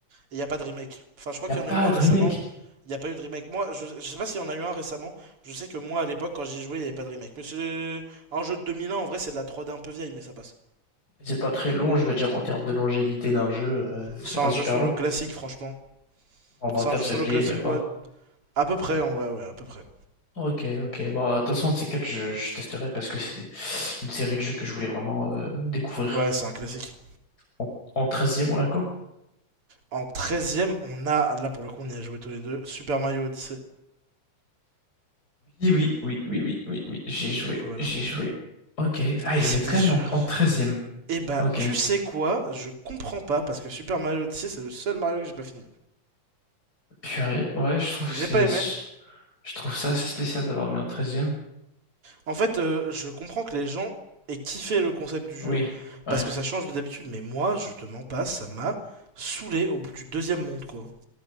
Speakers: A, on the right; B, on the left.
A: Et y a pas de remake. Enfin, je crois
B: Il n'y
A: qu'il
B: a pas
A: y en a eu un
B: de
A: récemment.
B: remake.
A: Il n'y a pas eu de remake. Moi, je, je sais pas s'il y en a eu un récemment. Je sais que moi, à l'époque, quand j'y jouais, il n'y avait pas de remake. Mais c'est un jeu de 2001. En vrai, c'est de la 3D un peu vieille, mais ça passe.
B: C'est pas très long, je veux dire, en termes de longévité d'un jeu, euh,
A: C'est
B: c'est pas
A: un
B: super
A: jeu solo
B: long.
A: classique, franchement.
B: En 20
A: C'est un
B: heures,
A: jeu
B: c'est
A: solo
B: plié,
A: classique,
B: même pas.
A: ouais. À peu près, en vrai, ouais, à peu près.
B: Ok, ok. Bon, de toute façon, ces quatre, je, je testerai parce que c'est des- une série de jeux que je voulais vraiment euh, découvrir.
A: Ouais, c'est un classique.
B: En, en 13 on l'a quoi?
A: En treizième on a, là pour le coup, on y a joué tous les deux, Super Mario Odyssey.
B: Oui, oui, oui, oui, oui, oui, oui. J'ai joué,
A: Du coup, voilà.
B: j'ai joué. Ok. Ah, ils
A: C'était
B: le mettent quand
A: sûr.
B: même en, en 13
A: Et bah,
B: Ok.
A: tu sais quoi Je comprends pas parce que Super Mario Odyssey, c'est le seul Mario que j'ai pas fini.
B: Purée. Ouais, je trouve que
A: J'ai
B: c'est,
A: pas aimé.
B: je trouve ça assez spécial d'avoir mis en treizième.
A: En fait, euh, je comprends que les gens aient kiffé le concept du
B: Oui,
A: jeu
B: Ouais,
A: parce que ça change de d'habitude, mais moi, je te mens pas, ça m'a saoulé au bout du deuxième monde, quoi.